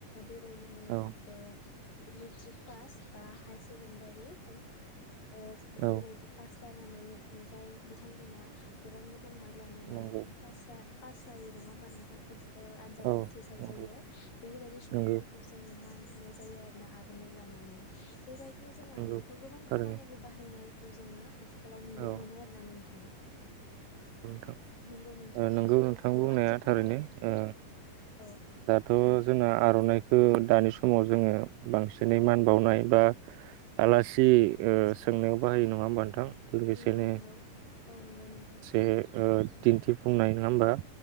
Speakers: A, on the left; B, on the right.
A: बेबायदिनो
B: औ
A: ओ मिट्रिक पास बा हायस सेकेन्डारि जाय ओ जो बेबायदि
B: औ
A: पास जानानै ओ जाय बिथांमोना गोबां गो बां मार्क लानानै
B: नंगौ
A: फासआ पास जायो नङा होमबा नोंथां। एस ओ आनजादाव
B: औ
A: उथ्रिसार
B: नंगौ
A: जायो बेफोरबायदि सु सुबुंफोरखौ
B: नंगौ
A: जोङो मान होनाय जायो आरो ना आर'नाइ लानानै। बेबायदिनो जोङो आरनायखौ
B: नंगौ
A: गोबां खामानियावबो
B: थारैनो
A: बाहायनाय खौ जोङो आथिखालाव नुनो
B: औ
A: मोनो आरो ना नोंथां।
B: थां
A: नंगौ नोंथां
B: ओ नोंगौ नोंथां
A: औ
B: बुंनाया
A: आथिखालाव
B: थारैनो ओ
A: औ
B: थ' जोंना आर'नाइखौ दानि समाव जोङो बांसिनै मान बावनाय बा आलासि ओ सोंनायाव बाहायो नङा होमबा नोंथां। लोगोसेनो
A: नंगौ नंगौ औ नंगौ नोंथां।
B: ए ओ दिन्थिफुंनाय नङा होमबा?